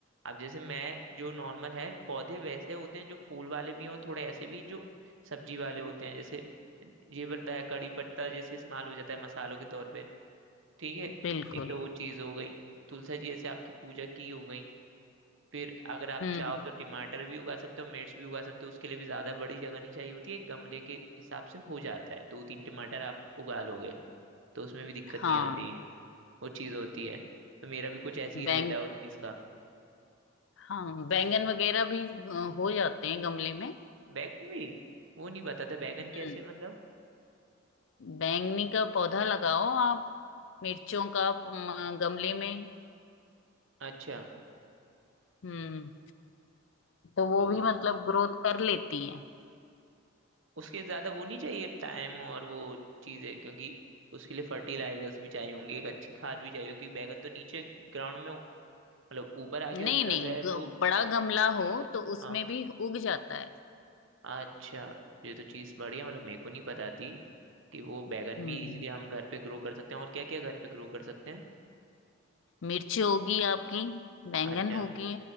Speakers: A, on the right; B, on the left.
A: अब जैसे मैं जो नॉर्मल है पौधे वैसे होते हैं जो फूल वाले भी हों थोड़े ऐसे भी जो सब्जी वाले होते हैं जैसे ये पत्ता है कड़ी पत्ता जैसे इस्तेमाल हो जाता है मसालों के तौर पे ठीक है
B: बिल्कुल
A: एक तो वो चीज हो गई तुलसी जी जैसे आपकी पूजा की हो गई फिर अगर आप
B: हम्म
A: चाहो तो टमाटर भी उगा सकते हो मिर्च भी उगा सकते हो उसके लिए भी ज्यादा बड़ी जगह नहीं चाहिए होती है गमले के हिसाब से हो जाता है दो तीन टमाटर आप उगा लोगे तो उसमें भी दिक्कत
B: हाँ
A: नहीं आती वो चीज़ होती है तो मेरा भी कुछ ऐसे ही
B: बैंग
A: रहता है उस चीज़ का
B: हाँ बैंगन वगैरह भी अ, हो जाते हैं गमले में
A: बैगन भी वो नहीं पता था बैगन
B: हम्म
A: कैसे मतलब
B: बैंगनी का पौधा लगाओ आप मिर्चों का आप, अम, गमले में
A: अच्छा
B: हम्म तो वो
A: तो
B: भी मतलब ग्रोथ कर लेती हैं
A: उसके ज्यादा वो नहीं चाहिए टाइम और वो चीज़ें क्योंकि उसके लिए फर्टिलाइजर्स भी चाहिए होंगे एक अच्छी खाद भी चाहिए होगी, क्योंकि बैगन तो नीचे ग्राउंड में उग- मतलब ऊपर आके
B: नहीं
A: उगता
B: नहीं
A: तो है वो
B: ग- बड़ा गमला हो तो उसमें
A: हाँ।
B: भी उग जाता है
A: अच्छा ये तो चीज़ बढ़िया मतलब मेरे को नहीं पता थी कि वो बैगन
B: हम्म
A: भी इजीली हम घर पे ग्रो कर सकते हैं और क्या क्या घर पे ग्रो कर सकते हैं
B: मिर्च होगी आपकी बैंगन
A: अच्छा
B: होगी